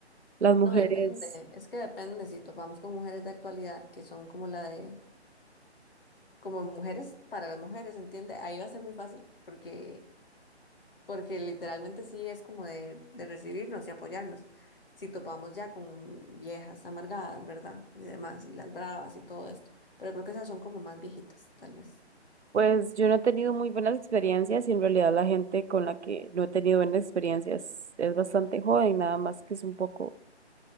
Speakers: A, on the right; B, on the left.
A: Las mujeres,
B: No, depende, es que depende si topamos con mujeres de actualidad que son como la de, como mujeres para las mujeres, ¿entiende? Ahí va a ser muy fácil, porque, porque literalmente sí es como de, de recibirnos y apoyarnos. Si topamos ya con viejas amargadas, ¿verdad? Y demás, y las bravas y todo esto. Pero creo que esas son como más viejitas, tal vez.
A: pues yo no he tenido muy buenas experiencias y en realidad la gente con la que no he tenido buenas experiencias es bastante joven, nada más que es un poco,